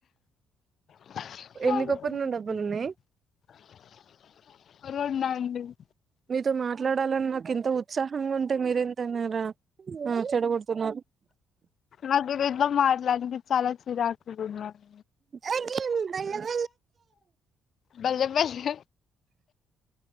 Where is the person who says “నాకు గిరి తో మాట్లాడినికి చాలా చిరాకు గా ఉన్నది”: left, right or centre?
Left